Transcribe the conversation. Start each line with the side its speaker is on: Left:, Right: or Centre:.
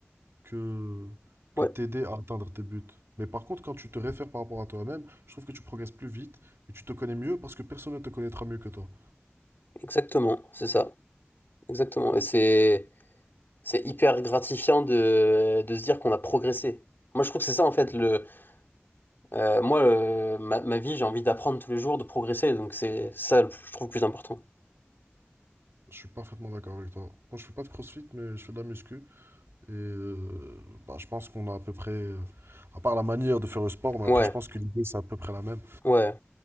Right: que, que
Left: Ouais.
Right: t'aider à atteindre tes buts. Mais par contre, quand tu te réfères par rapport à toi-même, je trouve que tu progresses plus vite et tu te connais mieux parce que personne ne te connaîtra mieux que toi.
Left: Exactement, c'est ça. Exactement. Et c'est c'est hyper gratifiant de, de se dire qu'on a progressé. Moi, je trouve que c'est ça, en fait, le, euh, moi, euh, ma, ma vie, j'ai envie d'apprendre tous les jours, de progresser. Donc, c'est ça, le- je trouve, le plus important.
Right: Je suis parfaitement d'accord avec toi. Moi, je fais pas de crossfit, mais je fais de la muscu. Et euh, bah, je pense qu'on a à peu près, euh, à part la manière de faire le sport, mais après,
Left: Ouais,
Right: je pense que l'idée, c'est à peu près la même.
Left: ouais,